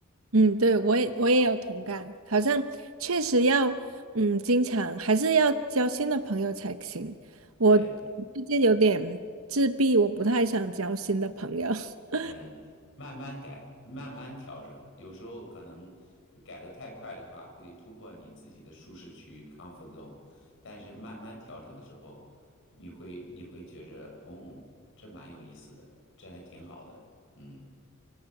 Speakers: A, on the right; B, on the left.
A: 嗯，对，我也我也有同感，好像确实要，嗯，经常还是要交新的朋友才行。我最近有点自闭，
B: 对。
A: 我不太想交新的朋友。<laughs>
B: 嗯，慢慢改，慢慢调整，有时候可能改得太快的话，会突破你自己的舒适区 c o m zone）。但是慢慢调整的时候，你会你会觉着，哦，这蛮有意思的，这还挺好的。嗯，